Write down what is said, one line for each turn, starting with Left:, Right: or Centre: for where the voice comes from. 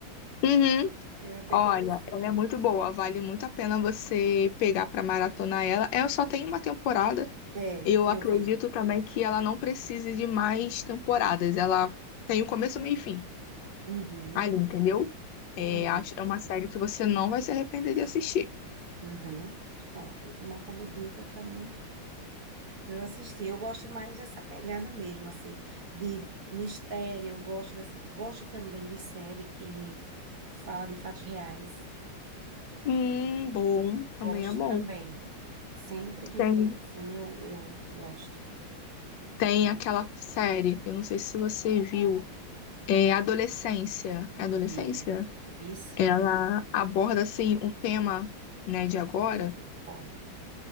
Left: Uhum. <laughs>
Right: eu até
Left: Olha,
Right: comecei.
Left: ela é muito boa, vale muito a pena você pegar pra maratonar ela. Eu só tenho uma temporada.
Right: É,
Left: Eu
Right: eu
Left: acredito
Right: vi.
Left: também que ela não precise de mais temporadas. Ela tem o começo, meio e fim
Right: Uhum,
Left: ali, entendeu? É,
Right: entendi.
Left: acho- é uma série que você não vai se arrepender de assistir.
Right: Uhum. Pronto, vou tomar como dica para mim, pra eu assistir. Eu gosto mais dessa pegada mesmo, assim, de mistério, eu gosto dessa, gosto também de série que fala de fatos reais,
Left: Hum, bom, também
Right: gosto
Left: é bom.
Right: também. Sempre que
Left: Tem,
Right: tem, assim, eu, eu gosto.
Left: tem aquela série, eu não sei se você viu. É adolescência. É adolescência?
Right: Vi, vi sim.
Left: Ela aborda, assim, um tema, né, de agora
Right: Muito forte.